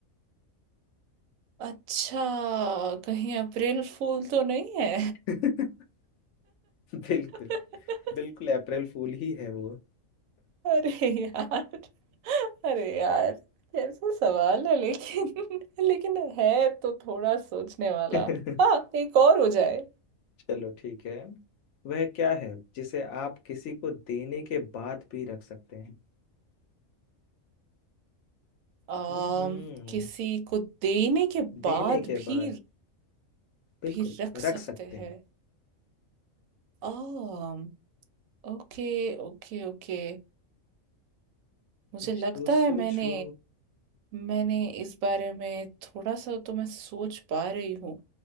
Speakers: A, on the right; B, on the left.
A: अच्छा कहीं अप्रैल फूल तो नहीं है
B: <laughs> बिल्कुल
A: <laughs>
B: बिल्कुल अप्रैल फूल ही है वो
A: अरे यार अरे यार कैसा सवाल है लेकिन <laughs> लेकिन है तो थोड़ा सोचने वाला
B: <laughs>
A: हाँ एक और हो जाए
B: चलो ठीक है वह क्या है जिसे आप किसी को देने के बाद भी रख सकते हैं
A: आम,
B: हम्म
A: किसी को देने के
B: देने
A: बाद
B: के
A: भी
B: बाद बिल्कुल
A: भी रख सकते
B: रख सकते हैं
A: हैं आम ओके ओके ओके मुझे
B: कुछ
A: लगता
B: तो
A: है
B: सोचो
A: मैंने मैंने इस बारे में थोड़ा सा तो मैं सोच पा रही हूँ